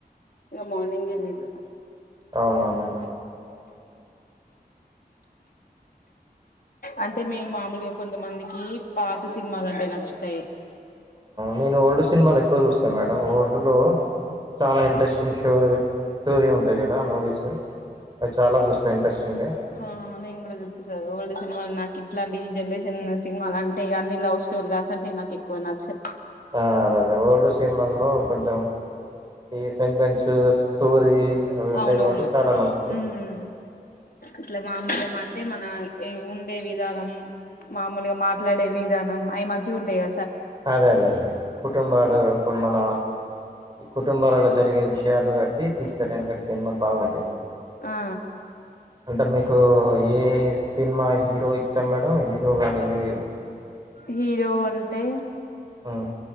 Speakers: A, on the left; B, on the right.
A: ఇక మార్నింగ్ లేదు
B: అవునా మేడం
A: అంటే మే మామూలుగా కొంతమందికి పాత సినిమలు అంటే నచ్చుతాయి
B: నేను ఓల్డ్ సినిమాలు ఎక్కువ చూస్తాను మేడం ఓల్డ్ లో చాలా ఇంట్రెస్టింగ్ స్టోరీ స్టోరీ ఉంటాయి కదా మూవీస్ అవి చాలా చూస్తాను ఇంట్రెస్టింగ్గా
A: ఆ నేను కూడా చూస్తా సారూ ఓల్డ్ సినిమా నాకు ఇట్లాంటి ఈ జనరేషన్ సినిమాలు అంటే అన్ని లవ్ స్టోరీలు అస అంటివి నాకు ఎక్కువ నచ్చదు
B: ఆ అదే అదే ఓల్డ్ సినిమాల్లో కొంచెం ఈ సెంటెన్స్ స్టోరీ అవి ఉంటాయి
A: అవునవును
B: కాబట్టి చాలా నచ్చుతాయ్
A: ఉమ్ ఇట్లా మాంసం అంటే మన ఏ ఉండే విధానం మామూలుగా మాట్లాడే విధా మేమ్ అయ్ మంచి గుంటై గ
B: అదే అదే అదే కుటుంబాలు ఇప్పుడు మన కుటుంబాలలో జరిగే విష్ విషయాలు కట్టి తీస్తారానుకే సినిమాలు బాగుంటాయి
A: ఆ
B: అంటే మీకు ఏ సినిమా హీరో ఇష్టం మేడం ఈ యో గా ని యోయి
A: హీరో అంటే
B: హ్మ్.